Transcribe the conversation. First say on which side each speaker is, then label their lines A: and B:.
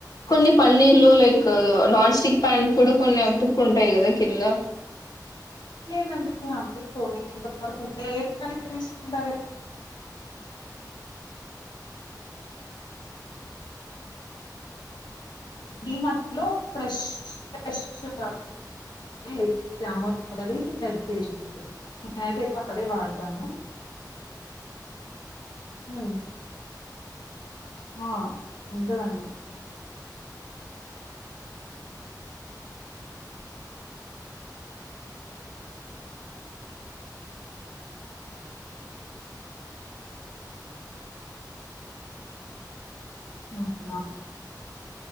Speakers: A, on the left; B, on the left.
A: కొన్ని పన్నీర్లు లైక్ నాన్ స్టిక్ ప్యాన్ కూడా కొన్ని అతుక్కుంటాయి కదా కింద
B: లేదండి అతుక్కోవు లేడీస్ ఏ చాలా మంది తీసుకుంటారు
A: <inaudible>
B: డిమార్ట్ లో ఫ్రెష్ ఫ్రెష్ గా లేకపోతే అమూల్ ఉంది హెరిటేజ్ ఉంటంది నేనైతే ఎక్కువ అదే వాడతాను
A: <inaudible>
B: హ్మ్ ఆ ఉంటదండి హ్మ్ హా